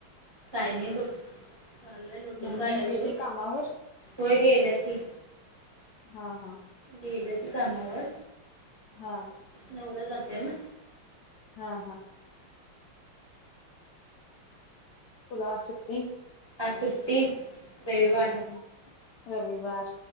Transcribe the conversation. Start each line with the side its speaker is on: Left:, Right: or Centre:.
Right: काय नाही बघ चालू आहे लोटून
Left: मम्मी
Right: काढालोय
Left: गेली
Right: तू
Left: कामावर
Right: होय गेल्या की
Left: हा हा.
Right: गेल्या कामावर.
Left: हा
Right: नऊला जात्या ना.
Left: हा हा तुला आज सुट्टी.
Right: सुट्टी रविवार
Left: हम्म रविवार